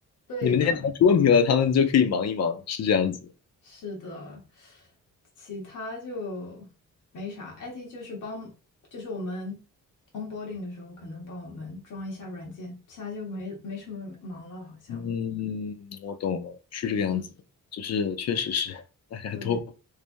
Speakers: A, on the left; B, on the left.
A: 对的，
B: 你们电脑出问题了，他们就可以忙一忙，是这样子。
A: 是的，其他就没啥。IT 就是帮，就是我们 onboarding 的时候可能帮我们装一下软件，其他就没没什么忙了，好像。
B: 嗯，我懂了，是这个样子，
A: 嗯，
B: 就是确实是大家都
A: 对，